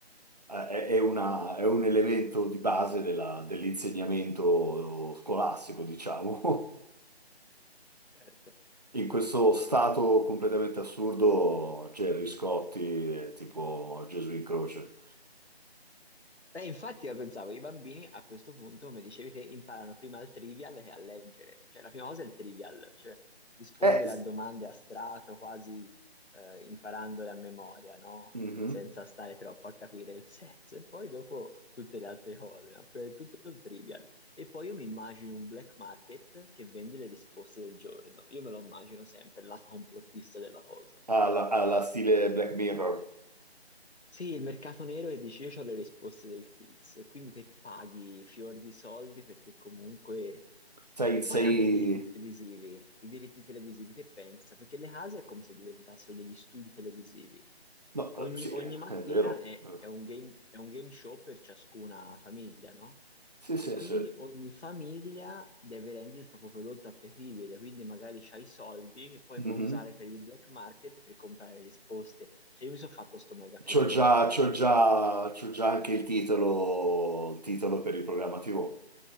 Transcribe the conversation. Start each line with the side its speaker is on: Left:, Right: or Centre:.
Right: eh, è, è una- è un elemento di base della- dell'insegnamento scolastico, diciamo. <laughs>
Left: certo.
Right: In questo stato completamente assurdo, Gerry Scotti è tipo Gesù in croce.
Left: E infatti io pensavo, i bambini a questo punto, come dicevi te, imparano prima al trivial che a leggere. Cioè la prima cosa è il trivial, cioè rispondere
Right: Eh, s-
Left: a domande a strato, quasi eh, imparandole a memoria, no?
Right: mhm.
Left: Senza stare troppo a capire il senso. E poi dopo tutte le altre cose, ma prima di tutto il trivial. E poi io mi immagino un black market che vende le risposte del giorno. Io me lo immagino sempre, il lato complottista della cosa.
Right: Alla, alla stile Black Mirror.
Left: Sì, il mercato nero che dici io ho le risposte del quiz e quindi te paghi fior di soldi perché comunque...
Right: Sei,
Left: E
Right: sei...
Left: poi anche i diritti televisivi, i diritti televisivi te pensa, perché le case è come se diventassero degli studi televisivi.
Right: No,
Left: Ogni,
Right: eh, sì,
Left: ogni
Right: è
Left: mattina
Right: vero.
Left: è,
Right: Eh,
Left: è un game, è un game show per ciascuna famiglia, no?
Right: Sì, sì,
Left: E quindi
Right: sì.
Left: ogni famiglia deve rendere il proprio prodotto appetibile, quindi magari c'hai i soldi che poi
Right: Mhm.
Left: puoi usare per il black market per comprare risposte. Cioè io mi sono fatto sto mega filmone
Right: C'ho già,
Left: qua.
Right: c'ho già, c'ho già anche il titolo, il titolo per il programma TV.